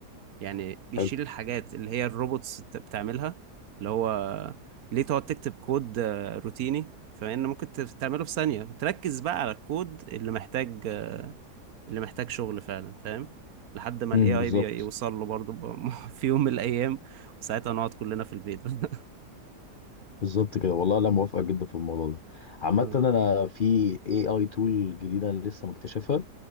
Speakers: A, on the right; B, on the left.
A: يعني بيشيل
B: حلو
A: الحاجات اللي هي الروبوتس بت- بتعملها اللي هو ليه تقعد تكتب كود آه، روتيني فإن ممكن تف- تعمله في ثانية تركز بقى على الكود اللي محتاج آه، اللي محتاج شغل فعلا فاهم لحد ما
B: امم
A: الاي
B: بالظبط
A: اي بيوصل له برضه ب- <laughs> في يوم من الايام وساعتها نقعد كلنا في البيت <laughs>
B: بالظبط كده والله انا موافقه جدا في الموضوع ده عامه
A: اه
B: انا في اي اي تول جديده أنا لسه مكتشفها